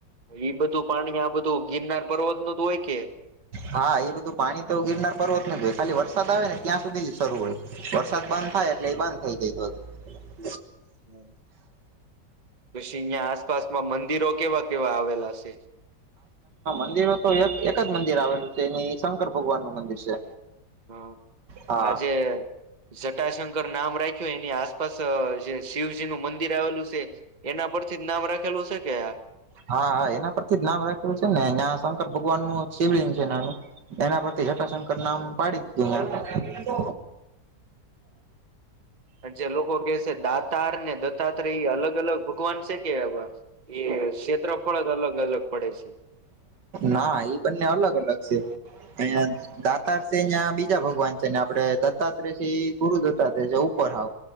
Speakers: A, on the right; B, on the right.
A: ઈ બધું પાણી આ બધું ગિરનાર પર્વત ન હોય કે
B: હા એ બધું પાણી તો ગીરનાર પર્વત ખાલી વરસાદ આવે ને ત્યાં સુધી જ શરૂ હોય વરસાદ બંધ થાય એટલે એ બંધ થઈ જાય <unintelligible>
A: હમ. પછી અહિયા આસપાસમાં મંદિરો કેવા કેવા આવેલા છે?
B: મંદિરો તો એક એક જ એની શંકર ભગવાનનું મંદિર છે.
A: હા
B: હા
A: આજે જટાશંકર નામ રાખ્યું એની આસપાસ જે શિવજીનું મંદિર આવેલું છે એના પર થી જ નામ રાખેલું. <unintelligible>
B: હા હા એના પરથી જ નામ રાખેલું છે ને જ્યાં શંકર ભગવાનનું શિવલિંગ છે નાનું એના પરથી જઠાશંકર નામ પાડી દીધું અહયા.
A: જે લોકો કે છે દાતારને દત્તાત્રય અલગ અલગ ભગવાન છે? કે એ ક્ષેત્રફળ જ અલગ અલગ પડે છે.
B: ના એ બંને અલગ અલગ છે. અ દાતાર છે અહ બીજ બીજા ભગવાન છે ને આપણે દત્તાત્રેય છે એ ગુરુ દત્તાત્રય છે ઉપર હાવ.